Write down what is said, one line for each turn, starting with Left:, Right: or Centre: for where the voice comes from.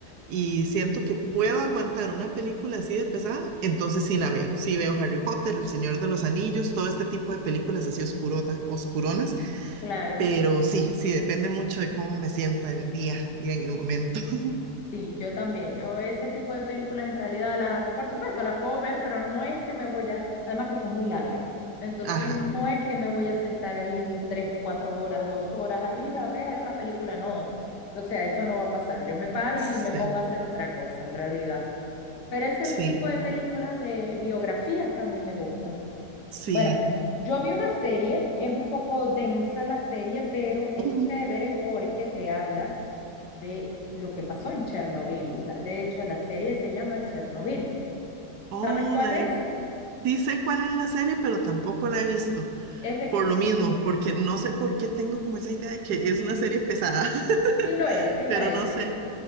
Right: y siento que puedo aguantar una película así de pesada, entonces sí la veo. Sí veo Harry Potter, El Señor de los Anillos, todo este tipo de películas así oscurota- oscuronas,
Left: claro.
Right: pero sí, sí depende mucho de cómo me sienta el día y en el momento. <laughs>
Left: Sí, yo también. Yo ese tipo de películas en realidad las, por supuesto, las puedo ver, pero no es que me voy a, además que son muy largas. Entonces,
Right: Ajá.
Left: no es que me voy a sentar ahí tres, cuatro horas, dos horas ahí a ver la película, no. O sea, eso no va a pasar. Yo me paro
Right: Sí,
Left: y me pongo a hacer otra cosa en realidad. Pero ese
Right: sí,
Left: tipo de películas de biografías también me gustan.
Right: sí.
Left: Bueno, yo vi una serie, es un poco densa la serie, pero es
Right: Ujú.
Left: chévere porque te habla de lo que pasó en Chernobyl. La- De hecho, la serie se llama Chernobyl.
Right: Oh,
Left: ¿Sabes cuál
Right: la
Left: es?
Right: he- sí sé cuál es la serie, pero tampoco la he visto.
Left: Es excelente.
Right: Por lo mismo, porque no sé por qué tengo como esa idea de que es una serie pesada, <laughs>
Left: Sí lo es, sí
Right: pero
Left: la he
Right: no sé.